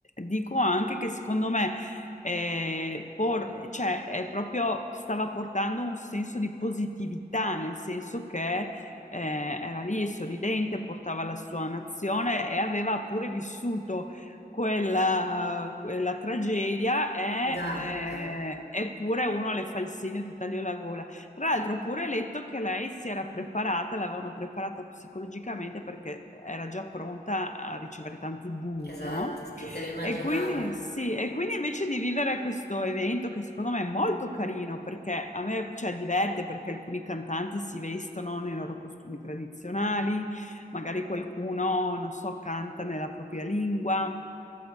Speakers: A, on the left; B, on the left.
A: dico anche che secondo me eh, por- cioè, è proprio stava portando un senso di positività, nel senso che eh, era lì sorridente, portava la sua nazione e aveva pure vissuto quella, quella tragedia e,
B: Esatto,
A: eh, eppure uno le fa il segno e ti taglio la gola. Tra l'altro ho pure letto che lei si era preparata, l'avevano preparata psicologicamente perché era già pronta a ricevere tanti bu,
B: esatto,
A: no?
B: sì, se lo immaginavano.
A: E quindi sì, e quindi invece di vivere questo evento che secondo me è molto carino perché a me cioè, diverte perché alcuni cantanti si vestono nei loro costumi tradizionali, magari qualcuno, non so, canta nella propria lingua